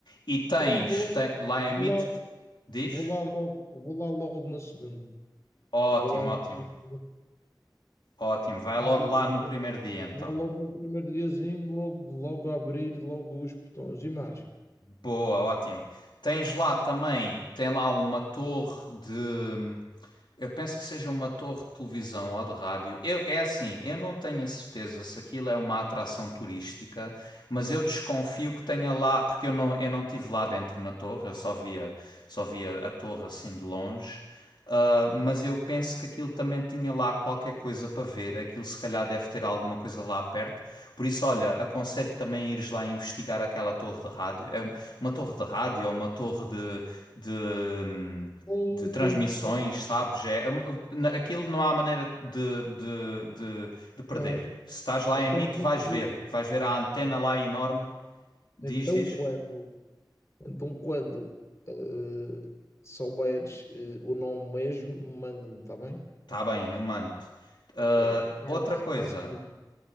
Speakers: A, on the left; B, on the left.
A: E tens,
B: Então vou lá,
A: tem- lá
B: vou
A: em Mitte,
B: lá,
A: diz?
B: vou lá logo, vou lá logo na segunda.
A: Ótimo,
B: Vou lá logo
A: ótimo,
B: na
A: ótimo. Vai
B: segunda-feira.
A: logo lá no primeiro dia, então.
B: Lá logo no primeiro diazinho, logo, logo a abrir, logo os portões e mais.
A: Boa, ótimo. Tens lá também, tem lá uma torre de, hum, eu penso que seja uma torre de televisão ou de rádio. Eu- é assim, eu não tenho a certeza se aquilo é uma atração turística, mas eu desconfio que tenha lá, porque eu não, eu não estive lá dentro na torre, eu só via, só via a torre assim de longe. Ah, mas eu penso que aquilo também tinha lá qualquer coisa para ver. Aquilo se calhar deve ter alguma coisa lá perto. Por isso, olha, aconselho também ires lá investigar aquela torre de rádio. É um- uma torre de rádio ou uma torre de, de, hum,
B: Então,
A: de transmissões,
B: quando,
A: sabes? É, é um- na- aquilo não há maneira de, de, de, de perder.
B: então,
A: Se estás lá
B: então
A: em Meet,
B: quando,
A: vais ver. Vais ver a antena lá enorme. Diz,
B: então
A: diz.
B: quando, então quando eh, souberes eh, o nome mesmo, manda-me, está bem?
A: Tá bem, eu mando. Ah,
B: Ok. Mais,
A: outra coisa.
B: mais coisas.